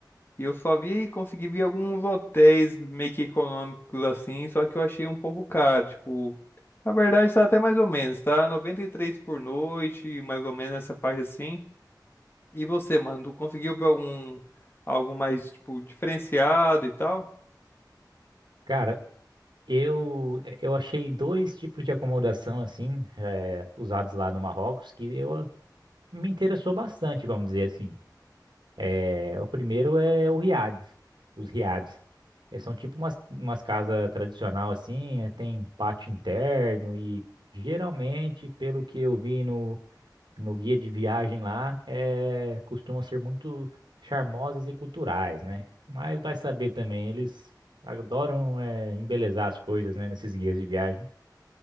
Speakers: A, on the left (about 30°); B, on the right (about 85°).
A: eu só vi, consegui ver alguns hotéis meio que econômicos, assim, só que eu achei um pouco caro, tipo... Na verdade, tá até mais ou menos, tá? noventa e três por noite, mais ou menos nessa parte assim. E você, mano, tu conseguiu ver algum algo mais tipo diferenciado e tal?
B: Cara, eu eu achei dois tipos de acomodação assim, eh, usados lá no Marrocos que eu me interessou bastante, vamos dizer assim. É, o primeiro é o riades, os riades. É, são tipo umas, umas casas tradicional assim, é, tem pátio interno e geralmente, pelo que eu vi no, no guia de viagem lá, é, costumam ser muito charmosas e culturais, né? Mas vai saber também, eles adoram é, embelezar as coisas, né, nesses guias de viagem.